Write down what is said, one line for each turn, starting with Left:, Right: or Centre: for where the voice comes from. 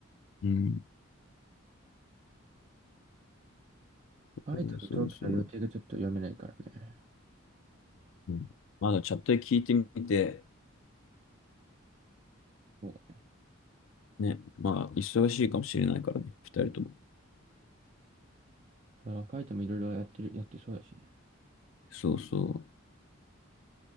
Left: うん。
Right: カイトと同期の予定がちょっと読めないからね。
Left: そうそうそう。うん、まあ、のチャットで聞いてみて、
Right: そ
Left: ね、まあ、忙しいかもしれないからね、二人とも。
Right: う。あ、カイトもいろいろやってる、やってそうだしね。
Left: そうそ